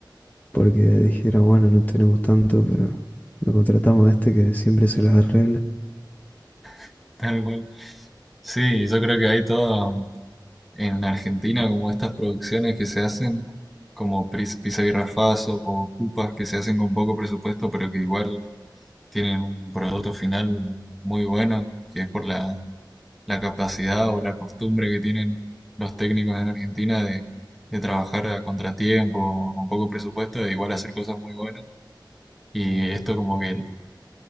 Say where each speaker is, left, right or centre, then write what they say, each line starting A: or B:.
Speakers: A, on the left; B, in the centre.
A: porque dijeron, bueno, no tenemos tanto, pero lo contratamos a este que siempre se las arregla.
B: <laughs> tal cual. Sí, yo creo que hay todo en Argentina, como estas producciones que se hacen, como Pris- Pisa y Rafazo o Ocupas, que se hacen con poco presupuesto, pero que igual tienen un producto final muy bueno, que es por la la capacidad o la costumbre que tienen los técnicos en Argentina de, de trabajar a contratiempo, con poco presupuesto, e igual hacer cosas muy buenas. Y esto como que el-